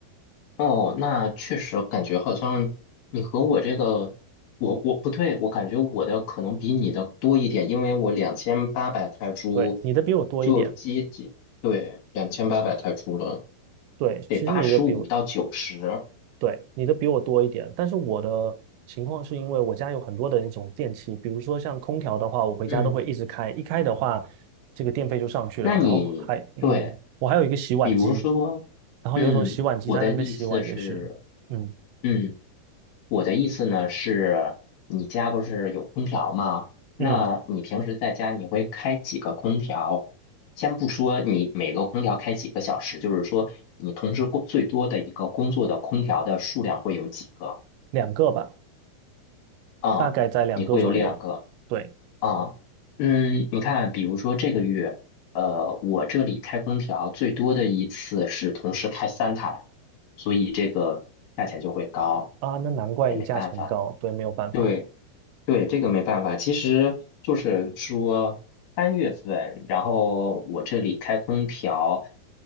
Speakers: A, on the left; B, on the right.
A: 哦，那确实感觉好像你和我这个，我我不对，我感觉我的可能比你的多一点，因为我两千八百泰铢
B: 对，你的比我多一点。
A: 就接近，对，两千八百泰铢了，
B: 对，
A: 得八十五到九十。
B: 其实你的比我，对，你的比我多一点。但是我的情况是因为我家有很多的那种电器，比如说像空调的话，我回家都会一直开，
A: 嗯，
B: 一开的话，这个电费就上去了。
A: 那你对，
B: 然后还，嗯，我还有一个洗碗机，
A: 比如说，
B: 然后有时候洗碗机它在那边洗碗也是，
A: 嗯，我的意思是，
B: 嗯
A: 嗯。我的意思呢是，你家不是有空调吗？那你平时在家你会开几个空调？
B: 嗯，
A: 先不说你每个空调开几个小时，就是说你同时工最多的一个工作的空调的数量会有几个
B: 两个吧，
A: 啊？
B: 大概在两个左右。
A: 你会有两个
B: 对
A: 啊？嗯，你看，比如说这个月，呃，我这里开空调最多的一次是同时开三台，所以这个价钱就会高，
B: 啊，那难怪你价钱高，
A: 也没办法。
B: 对，没有办法，
A: 对。对，这个没办法，其实就是说三月份，然后我这里开空调，